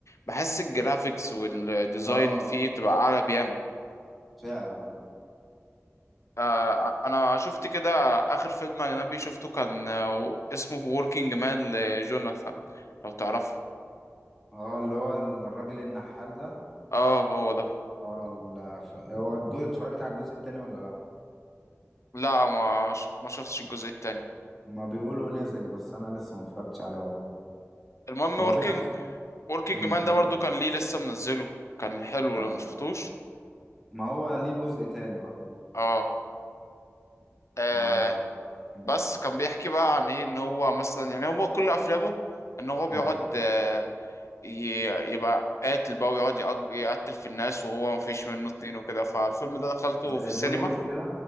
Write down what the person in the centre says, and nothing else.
اه
فعلا ايوه
اه اللي هو الراجل النحال ده
اه لا ف... هو الجزء اتفرجت على الجزء التاني ولا لا
ما بيقولوا نزل بس انا لسه ما اتفرجتش عليه ورا
هو
في أف...
مم،
كم
آه.
ما هو ليه جزء تاني بقى
آه. مم.
ايوه
زي
جون ويك كده